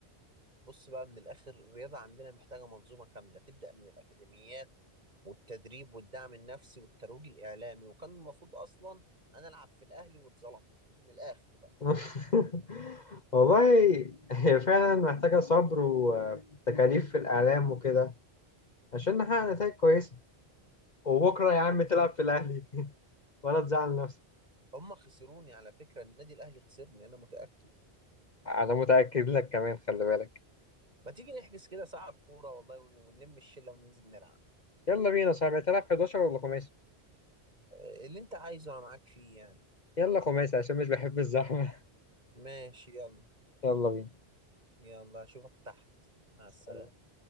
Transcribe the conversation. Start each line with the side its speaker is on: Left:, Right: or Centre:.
Right: بص بقى من الآخر الرياضة عندنا محتاجة منظومة كاملة تبدأ من الأكاديميات والتدريب والدعم النفسي والترويج الإعلامي وكان المفروض أصلا أنا ألعب في الأهلي واتظلمت من الآخر بقى
Left: <laughs> والله هي فعلا محتاجة صبر وتكاليف في الإعلام وكده عشان نحقق نتائج كويسة وبكرة يا عم
Right: بص
Left: تلعب في الأهلي <laughs> ولا تزعل نفسك
Right: هم خسروني على فكرة النادي الأهلي خسرني أنا متأكد
Left: انا متاكد لك كمان خلي بالك
Right: ما تيجي نحجز كده ساعة كورة والله ون- ونلم الشلة وننزل نلعب
Left: يلا بينا يا صاحبي تلعب 11 ولا خماسي
Right: آه، اللي أنت عايزه أنا معاك فيه يعني
Left: يلا خماسي عشان مش بحب الزحمه
Right: ماشي يلا
Left: <laughs> يلا
Right: يلا أشوفك تحت مع السلامة
Left: بينا